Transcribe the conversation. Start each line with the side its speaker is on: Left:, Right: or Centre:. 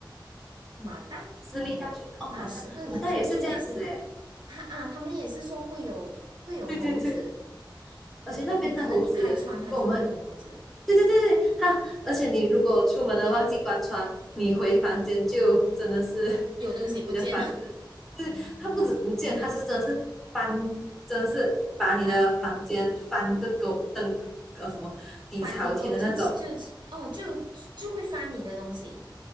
Right: 马大，
Centre: 私立大学哦，
Right: 哦啊是不是就就也是，
Centre: 马大马大也是这样子哎，
Right: 他啊他们也是说会有会有猴子，
Centre: 对对对，而且那边的猴子跟我们，
Right: 你可能你开窗它就会有猴子，
Centre: 对对对对，它，而且你如果出门了忘记关窗，你回房间就真的是
Right: 有东西不见了。
Centre: 你的房，就是它不止不见，它是真的是翻，真的是把你的房间翻个狗，
Right: 反
Centre: 登个呃什么底朝天的那种，
Right: 反的狗就就哦就就会翻你的东西